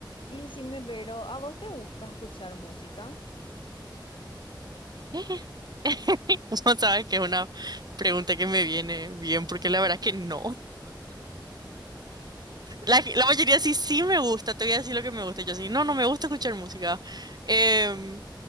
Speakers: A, on the left (about 85°); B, on the right (about 55°).
A: Y decime, Vero, ¿a vos te gusta escuchar música?
B: <laughs> No sabes que es una pregunta que me viene bien, porque la verdad que no. La, la mayoría sí, sí me gusta, te voy a decir lo que me gusta. Yo sí, no, no me gusta escuchar música. Em,